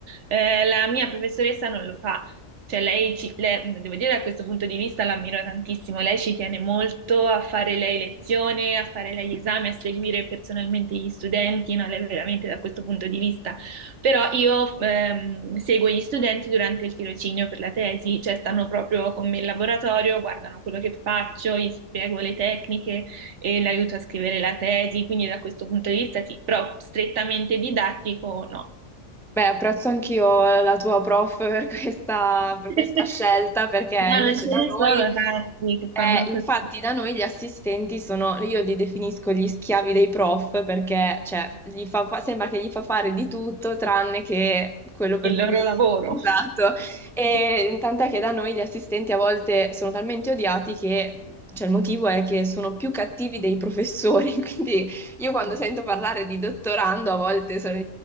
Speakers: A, on the right; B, in the centre.
A: Eh, la mia professoressa non lo fa, cioè, lei ci, le- devo dire, da questo punto di vista l'ammiro tantissimo. Lei ci tiene molto a fare lei lezione, a fare lei esami, a seguire personalmente gli studenti, no? Lei veramente da questo punto di vista. Però io ehm, seguo gli studenti durante il tirocinio per la tesi, cioè stanno proprio con me in laboratorio, guardano quello che faccio, gli spiego le tecniche e l'aiuto a scrivere la tesi. Quindi da questo punto di vista sì, però strettamente didattico no.
B: Beh, apprezzo anch'io eh, la tua prof per <laughs> questa, per
A: <laughs>
B: questa scelta, perché
A: No,
B: invece
A: non ce
B: da
A: ne
B: noi,
A: sono tanti che
B: eh,
A: fanno
B: infatti
A: così
B: da noi gli assistenti sono, io li definisco gli schiavi dei prof, perché cioè, gli fa fa- sembra che gli fa fare di tutto tranne che quello per
A: il
B: cui...
A: loro lavoro.
B: <laughs> Esatto,
A: <laughs>
B: e tant'è che da noi gli assistenti a volte sono talmente odiati che, cioè, il motivo è che sono più cattivi dei professori, <laughs> quindi... Io quando sento parlare di dottorando a volte sono